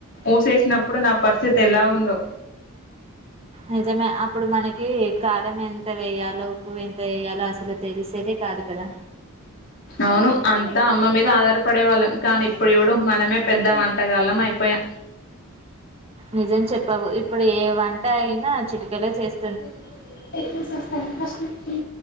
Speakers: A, on the left (about 55°); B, on the right (about 25°).
A: ఊసేసినప్పుడు నా పరిస్థితి ఎలా ఉందో
B: నిజమే అప్పుడు మనకి కారం ఎంత వేయాలో ఉప్పు ఎంత వేయాలో అసలు తెలిసేదే కాదు కదా
A: అవును అంతా అమ్మ మీద ఆధారపడే వాళ్ళం కానీ ఇప్పుడు యూడు మనమే పెద్ద వంటగాళ్ళం అయిపోయాం
B: నిజం చెప్పావు ఇప్పుడు ఏ వంట అయినా చిటుకలో చేస్
A: స్త ఇ